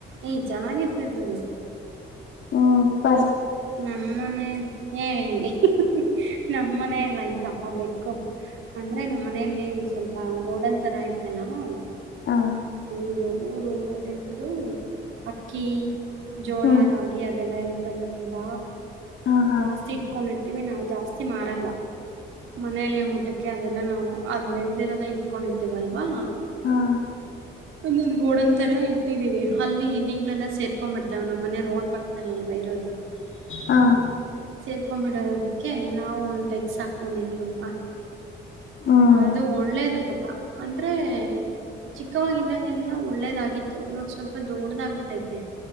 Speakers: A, on the right; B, on the left.
A: ಏ ಚೆನ್ನಾಗಿ ಇರ್ತೈತದು.
B: ಹ್ಮ್ ಪ
A: ನಮ್ಮನೆೇ ಏ <unintelligible> ನಮ್ ಮನೇಲಿ ಐತಪ ಬೆಕ್ಕು ಅಂದ್ರೆ ನಮ್ಮನೇಲಿ ಸ್ವಲ್ಪ ಗೋಡನ್ಂತರ ಆಯ್ತಲ ಹ್ಮ್
B: ಹ
A: ಇದು ಊರು ಎಂತದು ಅಕ್ಕಿ ಜೋಳ
B: ಹ್ಮ್
A: ರಾಗಿ ಅದೆಲ್ಲ ಇರುತ್ ತಲ ತುಂಬ
B: ಹಾ ಹಾ
A: ಜಾಸ್ತಿ ಇಟ್ಕೊಂಡಿರ್ ತಿವಿ ನಾವು ಜಾಸ್ತಿ ಮಾರಲ್ಲ ಮನೆಯಲ್ಲಿ ಊಟಕ್ಕೆ ಅದೆಲ್ಲ ನಾವು ಅದ್ ಬೆಳದಿರೋದ ಇಟ್ಕೊಂಡಿರ್ತೇವ್ ಅಲ್ವಾ
B: ಹಾ ಹಾ
A: ಒಂದ್ ಗೋಡನ್ ತರ ಇಟ್ಟಿದೀವಿ ಅಲ್ಲಿ ಇಲಿಗ್ಳೆಲ್ಲ ಸೇರ್ಕೊಂಡ್ ಬಿಡ್ತಾವೆ ನಮ್ಮನೆ ರೋಡ್ ಪಕ್ಕದಲ್ಲಲ್ವಾ ಇರೋದು.
B: ಹಾ
A: ಸೇರ್ಕೊಂಡ್ಬಿಡೋದಕ್ಕೆ ನಾವು ಒಂದ್ ಬೆಕ್ಕ್ ಸಾಕೊಂಡಿದ್ದೀವಪ್ಪ.
B: ಹ್ಮ್
A: ಅದು ಒಳ್ಳೇದು ಪಾಪ ಅಂದ್ರೆ ಚಿಕ್ಕವಾಗಿದ್ದಾಗೆಲ್ಲ ಒಳ್ಳೇದಾಗಿತ್ತು ಇವಾಗ ಸ್ವಲ್ಪ ದೊಡ್ದಾಗಬಿಟ್ಟೈತೆ.